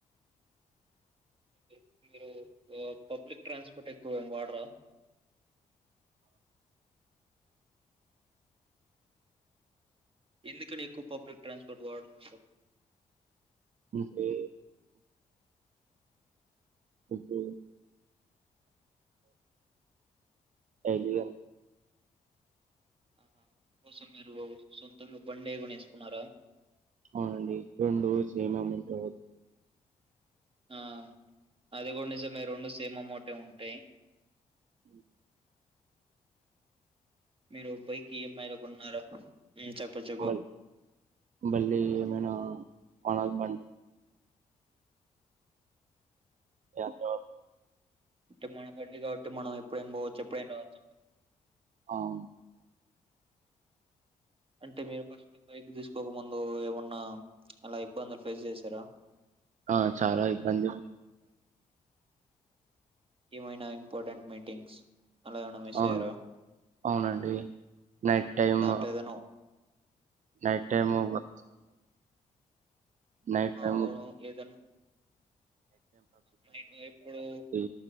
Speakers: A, on the right; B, on the right.
A: ఉ మీరూ పబ్లిక్ ట్రాన్స్పోర్ట్ ఎక్కువ గా వాడరా? ఎందుకనీ ఎక్కువగా పబ్లిక్ ట్రాన్స్పోర్ట్ వాడరు మీరు
B: అంతే వొద్దు ఏ జిల్లా
A: ఆహా అందుకోసం మీరు సొంతంగా బండే కొనేసుకున్నారా
B: అవునండి రెండు సేమామోటే
A: ఆ అది గూడా నిజమే రెండు సేమామోటే ఉంటయ్
B: ఉ
A: మీరు బైక్ ఎమ్మాయ్ లో కొన్నారా ఉమ్ చెప్పు చెప్పు
B: మల్ మల్లీ ఏమైనా మన బన్ ఎంతోప్
A: అంటే మన బండి కాబట్టి మనం ఎప్పుడైనా పోవచ్చు ఎప్పుడైనా రావచ్చు అంటారా?
B: అవును
A: అంటే మీరు ఫస్ట్ బైక్ తీసుకోక ముందూ ఏమన్నా అలా ఇబ్బందులు ఫేస్ చేసారా
B: ఆ చాలా ఇబ్బందీ
A: ఏమైనా ఇంపార్టెంట్ మీటింగ్స్ అలా ఏమైనా మిస్
B: అవును
A: అయ్యారా
B: అవునండి నైట్ టైమ్
A: దాంట్లో ఏదైనా
B: నైట్ టైమ్ వ ఉ నైట్
A: ఆ,
B: టై
A: అవును ఏదన్నా నై ఇప్పుడు
B: కాబట్టి